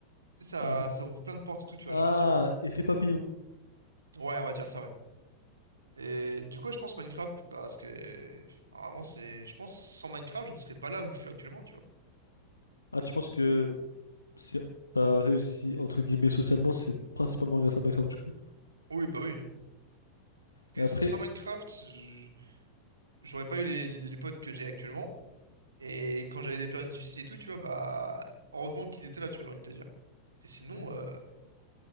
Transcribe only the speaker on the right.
tu sais, ça,
ça ouvre plein de portes et tout, tu vois,
je sais pas si tu vois.
Ouais, on va dire ça, ouais. Et du coup, ouais, je pense Minecraft, parce que enfin, vraiment, c'est. Je pense sans Minecraft, je ne serais pas là où je suis actuellement, tu vois.
Oui, bah oui. hein. Parce
que sans Minecraft, je- j'aurais pas eu les, les potes que j'ai actuellement. Et quand j'avais des périodes difficiles et tout, tu vois, bah, heureusement qu'ils étaient là, tu vois, j'ai envie de te dire. Parce que sinon,
euh,